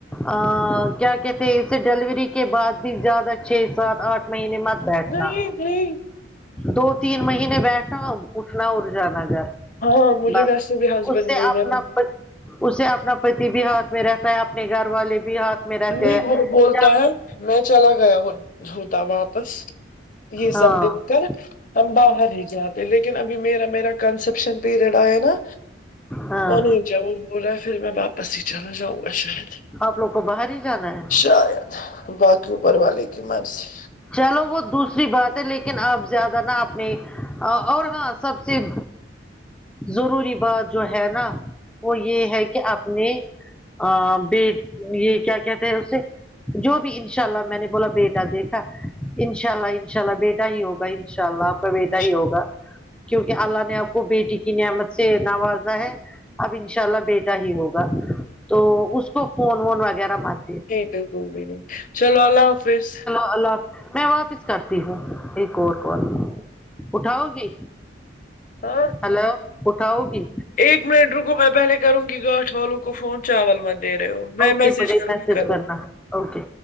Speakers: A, in the centre; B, on the left (about 45°).
A: آ کیا کہتے ہیں اسے ڈیلیوری کے بعد بھی زیادہ چھ سات آٹھ مہینے مت بیٹھنا
B: نہیں نہیں
A: دو تین مہینے بیٹھا اٹھنا اور جانا گھر
B: ہاں مجھے
A: بس
B: ویسے بھی ہسبینڈ
A: اس سے
B: بول
A: اپنا
B: رہے ہیں
A: اسے اپنا پتی بھی ہاتھ میں رہتا ہے اپنے گھر والے بھی ہاتھ میں رہتے
B: نہیں
A: ہیں
B: وہ بولتا
A: جب
B: ہے میں چلا گیا ہوں ہوتا واپس یہ
A: ہاں
B: سب دن ہم باہر ہی جاتے لیکن ابھی میرا میرا کنسپشن پیریڈ آیا نا
A: ہاں
B: وہ نہیں جآ بول رہا پھر میں واپس ہی چلا جاؤں گا شاید
A: آپ لوگ کو باہر ہی جانا ہے
B: شاید باقی اوپر والے کی مرضی
A: چلو وہ دوسری بات ہے لیکن اپ زیادہ نہ اپنے اور اور ہاں سب چیز ضروری بات جو ہے نا وہ یہ ہے کہ اپنے ا بی یہ کیا کہتے ہیں اسے جو بھی انشاء اللہ میں نے بولا بیٹا دیک ان شاء اللہ ان شاء اللہ بیٹا ہی ہوگا ان شاء اللہ آپ کا بیٹا
B: انشاء
A: ہی ہوگا
B: اللہ
A: کیونکہ اللہ نے آپ کو بیٹی کی نعمت سے ناوازا ہے اب ان شاء اللہ بے بیٹا ہی ہوگا تو اس کو فون وون وغیرہ مان
B: نہیں ب بھی نہیں چلو اللہ حافظ
A: ال میں واپس کرتی ہوں ایک اور کال اٹھاؤ گی
B: ہاں
A: ہیلو اٹھاؤ گی
B: ایک منٹ رکو میں پہلے کروں گی گاھ والوں کو فون چاول مت دے رہے ہو میں
A: اوکے مجھے
B: کروں
A: میسج
B: گی کرو
A: کرنا اوکے